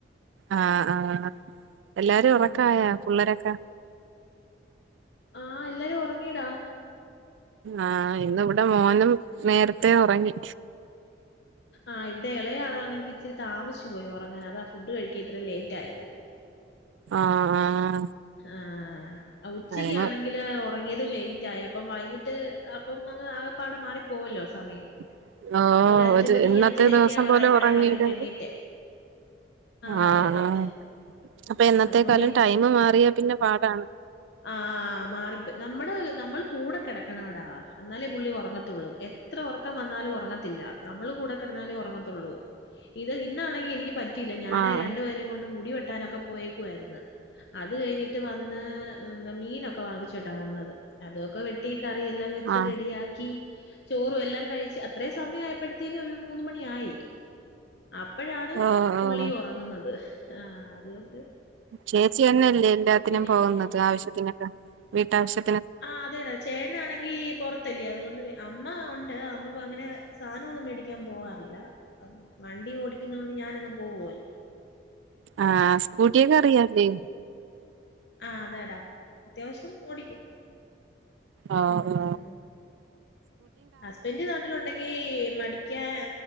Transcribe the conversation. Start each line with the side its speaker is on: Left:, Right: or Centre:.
Right: ആഹ് ആഹ് എല്ലാരും
Left: ഉം
Right: ഉറക്കായ പിള്ളരൊക്കെ
Left: ആഹ് എല്ലാരും ഉറങ്ങീടാ
Right: ആഹ് <unintelligible> ഇവിടെ മോനും നേരത്തേ ഉറങ്ങി
Left: ആഹ് ഇവിടെ ഇളയയാളാണെങ്കിൽ ഇച്ചിരി താമസിച്ചു പോയി ഉറങ്ങാൻ അതാ ഫുഡ് കഴിക്കാ ഇത്ര ലേറ്റ് ആയത്
Right: ആഹ് ആഹ്
Left: ആഹ് ആ <unintelligible> ഉച്ചയ്ക്കണെങ്കില്
Right: ടൈമ്
Left: തുടങ്ങിയതും ലേറ്റ് ആയ അപ്പം വൈകിട്ട് <unintelligible> <unintelligible> ആക പാട മാറി പോവല്ലോ സമയം
Right: <unintelligible>
Left: അഞ്ച്
Right: ഒരു
Left: മണി
Right: ഇന്നത്തെ
Left: അഞ്ചരയൊക്കെ
Right: ദിവസം
Left: ആവാറായപ്പോഴാ
Right: പോലെ ഉറങ്ങീല
Left: വൈകിട്ട് എണ്ണീറ്റെ
Right: <unintelligible>
Left: അതെ
Right: ആഹ്
Left: അതെ
Right: ആയ അപ്പൊ എന്നത്തെക്കാലം
Left: അതുകൊണ്ട്
Right: ടൈം മാറിയാ പിന്നെ പാടാണ്
Left: ആഹ് ആഹ് ആ മാറി <unintelligible> നമ്മള് നമ്മൾ കൂടെ കിടക്കണടാ എന്നാലേ പുള്ളി ഉറങ്ങത്തുള്ളൂ എത്ര ഉറക്കം വന്നാലും ഉറങ്ങത്തില്ല നമ്മൾ കൂടെ കിടന്നാലേ ഉറങ്ങത്തുള്ളൂ ഇത് ഇന്നാണെങ്കിൽ എനിക്ക് പറ്റ <unintelligible> ഞാന്
Right: ആഹ്
Left: രണ്ടുപേരെം കൊണ്ട് മുടിവെ <unintelligible> <unintelligible> ട്ടാനൊക്കെ പോയേക്കുവാരുന്ന് അത് കഴിഞ്ഞിട്ട് വന്ന് <unintelligible> എന്താ മീനൊക്കെ വാങ്ങിച്ചോണ്ട വന്നത് അതൊക്കെ വെട്ടി കറിയെല്ലാം വെച്ച്
Right: ആഹ്
Left: റെഡിയാക്കി ചോറും എല്ലാം കഴിച്ച് അത്രയ സമയം ആയപ്പോഴത്തേന് ഒരു മൂന്ന മണി ആയി അപ്പഴാണ്
Right: ഓഹ്
Left: പുള്ളി
Right: ഓഹ്
Left: ഉറങ്ങുന്നത് ആഹ് അതുകൊണ്ട്
Right: ചേച്ചി തന്നല്ലേ എല്ലാത്തിനും
Left: പിന്നെ
Right: പോകുന്നത് ആവശ്യത്തിന് വീട്ടാവശ്യ
Left: ആഹ് അതെയടാ ചേ <unintelligible> ആണെങ്കി പൊറത്തല്ല്യൊ അതുകൊണ്ട് <unintelligible> അമ്മ ഉണ്ട് <unintelligible> അങ്ങനെ സാധനവൊന്നും മേടിക്കാൻ പോവാറില്ല വണ്ടി ഓടിക്കുന്ന കൊണ്ട് ഞാനങ്ങ് പോ <unintelligible>
Right: ആഹ് സ്കൂട്ടിയൊക്കെ അറിയാല്ലേ
Left: ആഹ് അതെടാ അത്യാവശ്യം <unintelligible> ഓടിക്കും
Right: ആ
Left: ഉം
Right: ഓ
Left: ഹസ്ബൻഡ് നാട്ടില് ഉണ്ടെങ്കി പഠിക്കാൻ